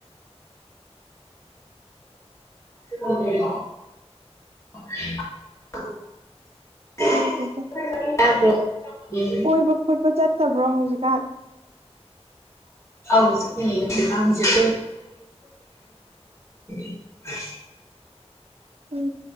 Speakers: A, on the right (about 65°); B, on the left (about 25°).
A: <inaudible>
B: <inaudible>
A: ꯈꯪꯗ°ꯗꯥ
B: <inaudible> ꯇꯥꯕꯔꯣ ꯎꯝ
A: ꯊꯏꯕ ꯈꯣꯠꯄ ꯆꯠꯇꯕ꯭ꯔꯣ ꯍꯧꯖꯤꯛꯀꯥꯟ
B: ꯑꯧ ꯆꯠꯇ°ꯑ° <unintelligible> <unintelligible>
A: ꯎꯝ